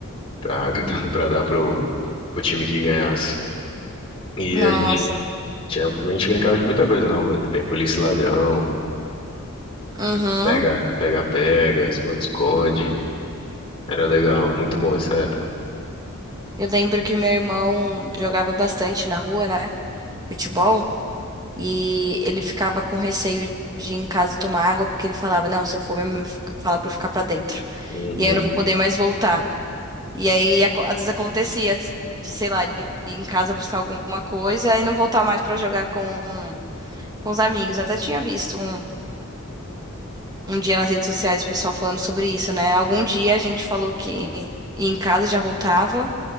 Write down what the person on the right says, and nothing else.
Nossa.
Uhum.
Eu lembro que meu irmão jogava bastante na rua, né? Futebol. E ele ficava com receio de ir em casa e tomar água, porque ele falava, não, se eu for, minha mãe vai ficar- falar pra eu ficar pra dentro.
E aí eu não vou poder mais voltar. E aí, aco- às vezes acontecia de, sei lá, ele ir em casa buscar alguma coisa e não voltar mais pra jogar com, com os amigos. Eu até tinha visto um, um dia nas redes sociais o pessoal falando sobre isso, né? Algum dia a gente falou que ia em casa e já voltava.